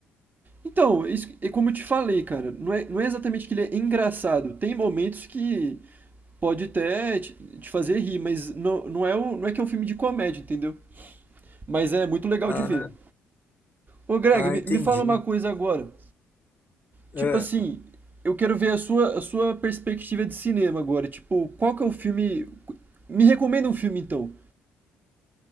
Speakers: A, on the right; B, on the left.
A: Então, é isso, é como eu te falei, cara, não é, não é exatamente que ele é engraçado. Tem momentos que pode até te, te fazer rir, mas não, não é o, não é que é um filme de comédia, entendeu? Mas é muito legal
B: Ah,
A: de ver. Ô, Greg,
B: ah,
A: me,
B: entendi.
A: me fala uma coisa agora. Tipo
B: É.
A: assim, eu quero ver a sua, a sua perspectiva de cinema agora. Tipo, qual que é o filme. Me recomenda um filme, então.